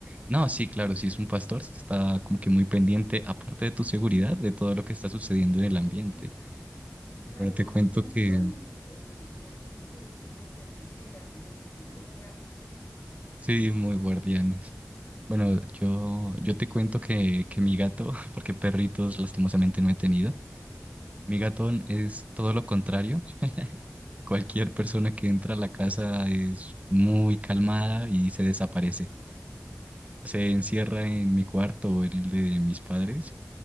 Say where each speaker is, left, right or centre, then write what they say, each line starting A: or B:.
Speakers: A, on the right; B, on the left.
A: No, sí, claro, si es un pastor, sí está como que muy pendiente, aparte de tu
B: sí.
A: seguridad, de todo lo que está sucediendo en el
B: Uh
A: ambiente.
B: -huh. Claro,
A: Bueno, te cuento
B: son,
A: que
B: son eh, como se dice, eh, muy centinelas, muy guardianes.
A: sí, muy guardianes. Bueno, yo, yo te cuento que, que mi gato, <laughs> porque perritos lastimosamente no he tenido, mi gato
B: Ujú.
A: es todo lo contrario. Cualquier persona que entra a la casa es muy calmada y se desaparece. Se encierra en mi cuarto o en el de mis padres